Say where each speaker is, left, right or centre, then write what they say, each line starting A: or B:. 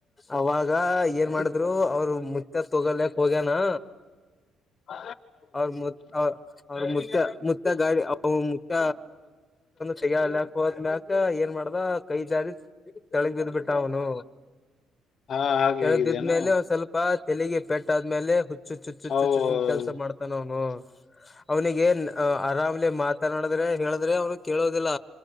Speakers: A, on the left; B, on the left.
A: ಅವ ಈಗ ಏನ್ ಮಾಡಿದ್ರು ಅವ್ರ ಮುತ್ತ ತಗೊಲ್ಕ್ ಹೋಗ್ಯನಾ
B: ಹ
A: ಅವ್ರ ಅವ್ರ ಮುತ್ತ ಮುತ್ತ ಗಾ ಮುತ್ತ ತೆಗ ಕ್ ಹೋದ್ಕ ಏನ್ ಮಾಡ್ದ ಕೈ ಜಾರಿ ತೆಳಗ್ ಬಿದ್ ಬಿಮಟ್ಟ ಅವನು
B: ಹಾ ಹಾಗೆ
A: ತಳದಿದ್ಮೇಲೆ
B: ಆಗಿದೇನು
A: ಒ ಸ್ವಲ್ಪ ತೆಗೆ ಪೆಟ್ಟಾದ್ಮೇಲೆ ಹುಚ್ಚುಚ್ಚುಚ್ಚ ಹುಚ್ಚುಚ್ಚುಚ್ಚ
B: ಹೌದು
A: ಕೆಲಸ ಮಾಡ್ತಾನ ಅವ್ನು ಹ್ಮ ಅವ್ನಿಗೆ ಏನ್ ಆರಾಮ್ಲೆ ಮಾತನಾಡಿದ್ರೆ ಹೇಳಿದ್ರೆ ಅವ್ನು ಕೇಳೋದಿಲ್ಲ